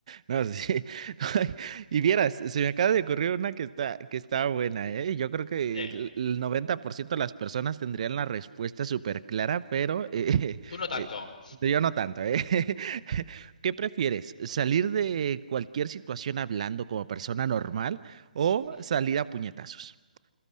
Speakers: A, on the right; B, on the left.
A: No, sí. <laughs> Y vieras, se me acaba de ocurrir una que está, que está buena, ¿eh? Yo creo que
B: Venga,
A: el el 90% de las personas tendrían la respuesta súper clara, pero eh,
B: tú no
A: <laughs>
B: tanto.
A: eh, yo no tanto, ¿eh? <laughs> ¿Qué prefieres? ¿Salir de cualquier situación hablando como persona normal o
B: ¿Mm?
A: salir a puñetazos?